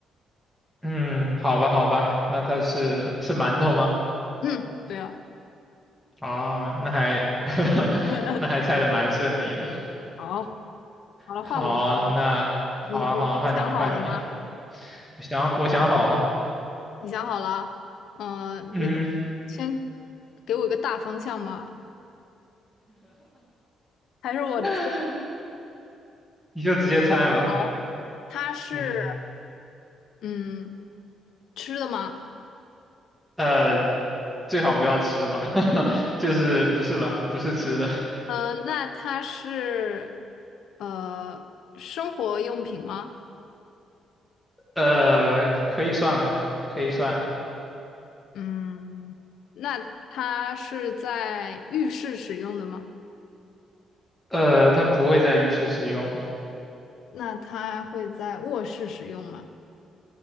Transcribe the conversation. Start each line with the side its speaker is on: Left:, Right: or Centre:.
Centre: 嗯，好吧，好吧，那它是是馒头吗？
Left: 嗯，对了，
Centre: 哦，那还 <laughs>
Left: <laughs>
Centre: 那还猜的蛮顺利的。
Left: 好，好了，
Centre: 好，
Left: 换我，换我。
Centre: 那好啊，
Left: 你你你想好了吗？
Centre: 好啊，换你，换你。我想，我想好了。
Left: 你想好了？嗯、
Centre: 嗯，
Left: 你给我先给我一个大方向吗？还是我直接
Centre: <laughs> 你就直接猜吧。
Left: 好？它是
Centre: 嗯，
Left: 嗯吃的吗？
Centre: 呃，最好不要吃吧，<laughs> 就是不是吧，不是吃的，
Left: 呃，那它是呃生活用品吗？
Centre: 呃，可以算吧，可以算，
Left: 嗯，那它是在浴室使用的吗？
Centre: 呃，它不会在浴室使用，
Left: 那它会在卧室使用吗？